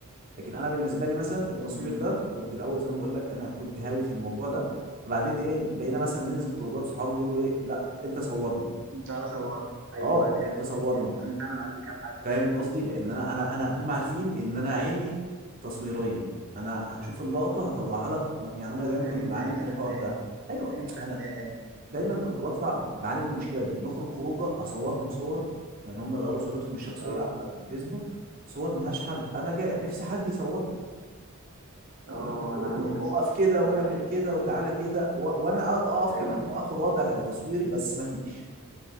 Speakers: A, on the right (about 40°); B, on the right (about 60°).
A: لكن انا بالنسبه لي مثلا التصوير
B: طبعا
A: ده كنت الاول زي ما بقول لك انا كنت هاوي في الموضوع ده فبعدين ايه بقينا مثلا ننزل خروجات صحابي يقولوا ايه لا انت صورنا
B: تعالى صور ايوه
A: اه
B: جامد
A: انت صورنا
B: جامد انا فعلا عندي كام حد
A: فاهم
B: كده برضه
A: قصدي لان انا انا انا هم عارفين ان انا عيني تصويريه انا هشوف اللقطه هطلعها لك يعني انا دايما
B: عين
A: كنت بعاني
B: عين
A: من
B: فنان
A: الحوار ده ايوه
B: عين فنان
A: انا دايما كنت بطلع بعاني من المشكله دي نخرج خروجه اصورهم صور يعني هم يغيروا صورتهم الشخصيه
B: اه
A: على الفيسبوك صور ملهاش حل انا جاي نفسي حد يصور
B: اه
A: لدرجة إني بقول
B: انا عندي
A: له
B: نفس
A: اقف
B: المشكله
A: كده واعمل
B: دي بقى
A: كده وتعالى كده و... وانا اقف
B: ايوه
A: كمان واخد
B: ايوه
A: وضع تصويري بس ما فيش